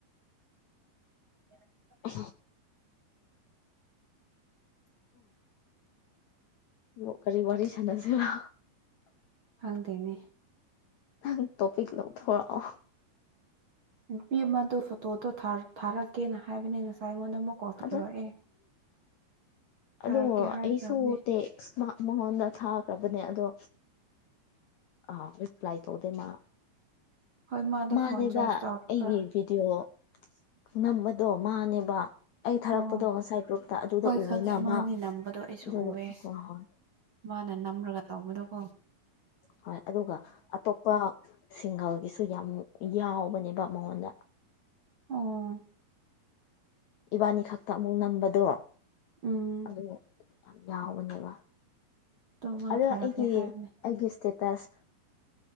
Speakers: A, on the right (about 45°); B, on the left (about 75°).
A: ꯑꯣ
B: ꯑ ꯎ ꯀꯔꯤ ꯋꯥꯔꯤ ꯋꯥꯔꯤ ꯁꯅꯁꯦꯕ
A: ꯍꯗꯦꯅꯦ
B: ꯪ ꯇꯣꯄꯤꯛ ꯂ ꯊꯔ
A: ꯅꯨꯄꯤ ꯑꯃꯗꯣ ꯐꯣꯇꯣꯗꯣ ꯊꯥꯔꯛꯀꯦꯅ ꯍꯥꯏꯕꯅꯦ ꯉꯁꯥꯏ ꯑꯩꯉꯣꯟꯗ ꯑꯃꯨꯛ ꯀꯣꯜ
B: ꯑ
A: ꯇꯧꯔꯛꯑꯦ ꯊꯥꯔꯛꯀꯦ
B: ꯑꯗꯣ
A: ꯍꯥꯏꯈ꯭ꯔꯕꯅꯦ
B: ꯑꯩꯁꯨꯨ ꯇꯦ ꯁꯃ ꯃꯉꯣꯟꯗ ꯊꯥꯈ꯭ꯔꯕꯅꯦ ꯑꯗꯣ ꯑ ꯔꯔꯤꯄ꯭ꯂꯥꯏ ꯇ ꯑꯣ ꯃꯥ
A: ꯍꯣꯏ ꯃꯥꯗꯣ
B: ꯃꯥꯅꯦꯕ
A: ꯐꯣꯟ ꯆꯥꯔꯖ ꯇꯧꯔꯒ
B: ꯑꯩꯒꯤ ꯚꯤꯗꯤꯑꯣ ꯉꯝꯕꯗꯣ ꯃꯥꯅꯦꯕ ꯑꯩ ꯊꯥꯔꯛꯄꯗꯣ
A: ꯑꯣ
B: ꯉꯁꯥꯏ ꯒ꯭ꯔꯨꯞꯇ ꯑꯗꯨꯗ
A: ꯍꯣꯏ
B: ꯎꯋꯦꯕ
A: ꯈꯪꯉꯦ ꯃꯥꯅꯤ ꯅꯝꯕꯗꯣ ꯑꯩꯁꯨ
B: ꯑꯗꯨꯗꯣ
A: ꯎꯑꯦ
B: ꯍꯣꯏ ꯍꯣꯏ
A: ꯃꯥꯅ ꯅꯝꯂꯒ ꯇꯧꯕꯗꯨꯣꯀꯣ
B: ꯍ ꯑꯗꯨꯒ ꯑꯇꯣꯞꯄ ꯁꯤꯡꯒꯜꯒꯤꯁꯨ ꯌꯥꯝ ꯌꯥꯎꯕꯅꯦꯕ ꯃꯉꯣꯟꯗ
A: ꯑꯣ
B: ꯏꯕꯥꯅꯤ ꯈꯛꯇ ꯑꯃꯨꯛ ꯅꯝꯕꯗꯣ
A: ꯎꯝ
B: ꯑꯗꯨ ꯌꯥꯎꯕꯅꯦꯕ
A: ꯇꯣ ꯃꯥ
B: ꯑꯗꯣ
A: ꯊꯥꯔꯛꯀꯦ
B: ꯑꯩꯒꯤ
A: ꯍꯥꯏꯕꯅꯦ
B: ꯑꯩꯒꯤ ꯏꯁꯇꯦꯇꯁ